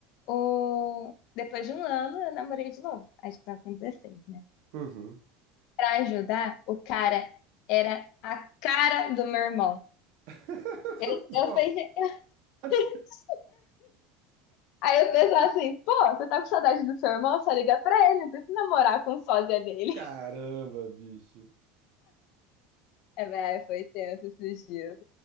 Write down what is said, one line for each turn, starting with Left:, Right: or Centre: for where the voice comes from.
Left: o... depois de um ano, eu namorei de novo. A gente tava com 16, né?
Right: Uhum.
Left: Pra ajudar, o cara era a cara do meu irmão.
Right: <laughs>
Left: Eu, eu falei, <laughs>
Right: Nossa.
Left: Aí eu pensava assim, pô, você tá com saudade do seu irmão? Só liga pra ele, não precisa namorar com o sósia dele.
Right: Caramba,
Left: <laughs>
Right: bicho.
Left: É, mas foi tenso esses dias.